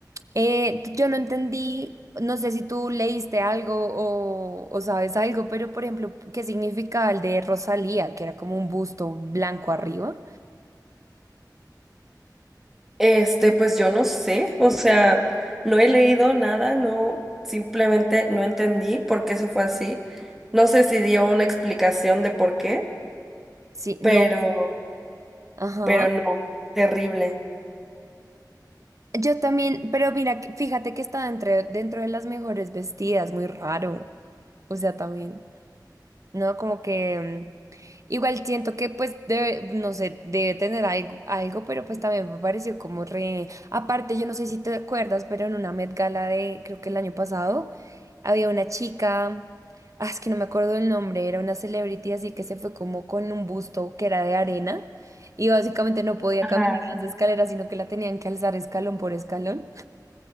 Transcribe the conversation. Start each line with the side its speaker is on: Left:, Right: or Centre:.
Right: Eh, t- yo no entendí, no sé si tú leíste algo o, o sabes algo, pero por ejemplo, ¿qué significaba el de Rosalía, que era como un busto blanco arriba?
Centre: Este, pues yo no sé, o sea, no he leído nada, no, simplemente no entendí por qué se fue así. No sé si dio una explicación de por qué,
Right: Sí,
Centre: pero,
Right: no, ajá.
Centre: pero no, terrible.
Right: Yo también, pero mira, que- fíjate que está entre, dentro de las mejores vestidas, muy raro. O sea, también. ¿no? Como que mm, igual siento que pues debe, no sé, debe tener algo, algo, pero pues también me pareció como re... Aparte, yo no sé si te acuerdas, pero en una Met Gala de, creo que el año pasado, había una chica, ah, es que no me acuerdo el nombre, era una celebrity, así que se fue como con un busto que era de arena. Y básicamente no podía
Centre: Ajá.
Right: caminar las escaleras, sino que la tenían que alzar escalón por escalón.